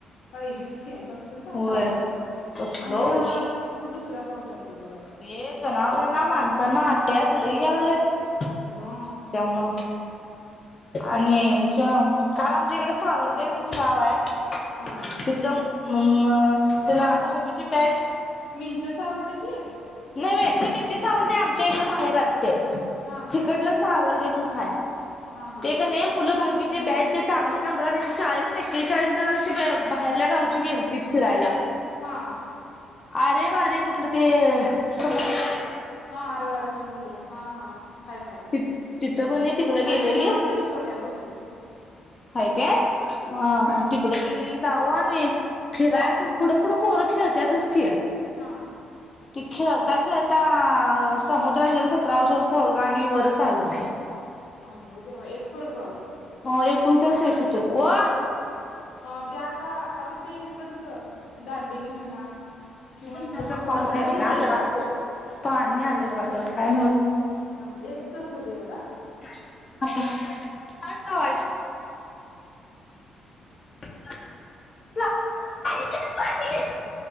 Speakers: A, on the left (about 80°); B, on the left (about 35°).
A: पाहिजेच की. कसलच
B: होय
A: तावायला होतं
B: कसलो
A: आमच्याकडे
B: उश
A: हा आता फक्त दुसरा पाऊस. असेल बघा
B: हे जनावरांना, माणसांना आ टॅक्स लयी यायल्यात.
A: हा
B: त्यामुळं आणि शम काल आमच्या इकडे सावरर्डे ण <unintelligible> गाव आहे.
A: हा
B: तिथलं म्म ते ला आ दाहावीची बॅच
A: मिं <unintelligible>
B: नव्हे ते मींचे सावरडे आमच्या इकडे माहेरात. ते
A: हा हा
B: तिकडलं सावर ते म्हंग हाय.
A: हा हा
B: ते कनी मुलं दहावी बॅच चांगले नंबर आणि चाळीस एक्केचाळीस जण अशी बाहेरल्या गावची गेलतीत फिरायला.
A: हा.
B: आरे वारे कुठलं ते समजलं.
A: हा आरवार समुद्र हा हा हाय हाय
B: ति तिथं कोणी तिकड
A: नाही
B: गेलेली
A: नाही महाबळेश्वरलाय बहुतेक.
B: हाय. <unintelligible>
A: हा
B: कडं गेलेली तावो आणि फिरायचं पुढं पुुढं पोरं खेळत्यातच की
A: हा.
B: ते खेळता खेळता समुद्रात गेलं सतरा वर्ष पोरग आणि वरंच आलं नाही.
A: अर देवा एक पोरग
B: हो एकूण तर <unintelligible>
A: ह ते आता आता ते इकडचं दांडेली म्हणा किंवा
B: त्याचा
A: इकडच समुद्र
B: कॉल आहे
A: बंद
B: बघा
A: केल्यात
B: जरा
A: आता
B: पाणी आलं बघा त्यावर काय
A: हा हा एक तर, हो दे एवढा.
B: हा हा पाईप कूठहाय? <unintelligible>